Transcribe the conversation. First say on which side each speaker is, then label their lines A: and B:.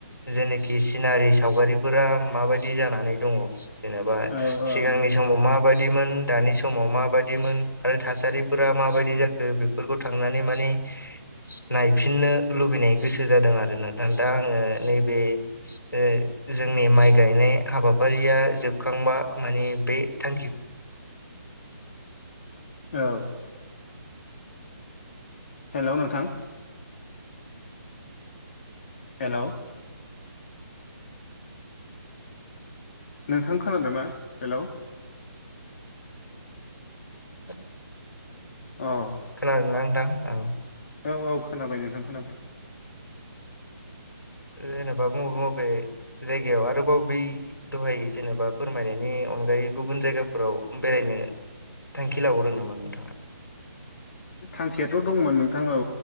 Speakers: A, on the left; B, on the left.
A: जेनाखि सिनारि सावगारिफोरा माबायदि जानानै दङ। जेनेबा
B: औ
A: सिगांनि
B: औ नंगौ
A: समाव मा मोन दानि समाव माबायदिमोन आरो थासारिफोरा माबायदि जाखो बे फोरफोरखौ थांनानै माने। नायफिननो लुबैनाय गोसो जादों आरो नोंथां दा आंङो नैबे ओ जोंनि माइ गायनाय हाबाफारिया जोबखांबा मानि बे थांखि।
B: औ। हेल' नोंथां। हेलौ नोंथां खोनादोंना हेल'।
A: <inaudible>
B: औ।
A: खोनादों नोंथां औ।
B: औ औ खोनाबाय नोंथां खोनाबाय।
A: जेनेबा बबे बबे जायगायाव आरोबाव बै दहाय जेनेबा फोरमायनायनि अनगायै गुबुन जायगाफोराव बेरायनो थांखि लाबावदों नामा नोंथाङा?
B: थांखियाथ' दंमोन नोंथां औ